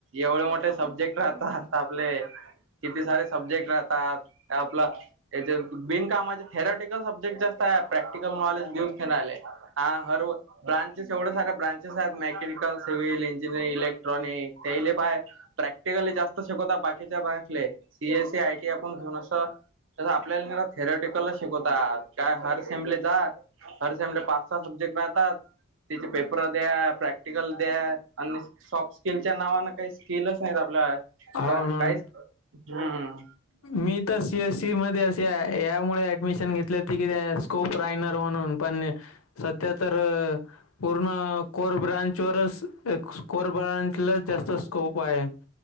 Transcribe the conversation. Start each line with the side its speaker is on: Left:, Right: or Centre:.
Right: एवढे मोठे सब्जेक्ट राहतांता आपले किती सारे सब्जेक्ट राहतांत आपलं यां बिनकामांचे थेरटिकलं सब्जेक्ट जास्तं आहे प्रॅक्टिकल नॉलेज दिसूं नाहीं आलें हां हरं ब्रांचेस एवढ्यां साऱ्यां ब्रांचेस आहेतं मेकॅनिकल सिव्हल इंजिनिअरिंग इलेक्ट्रॉनिक तेले पांय प्रॅक्टिकली जास्तं शिकवतां बाकीच्यां बँकले सीएसी आयटी आपणं घेऊंन असं जसं आपल्यांला थेरेटिकल शिकवतांत कायं हरेंबली जातं हरं सेम पांच सहा सब्जेक्ट राहतांता तिचे पेपर द्यां प्रॅक्टिकल द्यां आणि सॉफ्ट स्किलच्या नावानं कांहीं स्किलचं नाहींत आपल्यां
Left: हो ना
Right: कांहीं हम्मं
Left: मी तरं सी एसई मध्यें असे यांमुळे ऍडमिशन घेतलेते कि खूंप राहणांर म्हणूंन पणं संध्या तरं पूर्ण कोरं ब्रांचवरचं कोर ब्रांचला जास्तं स्कोप आहे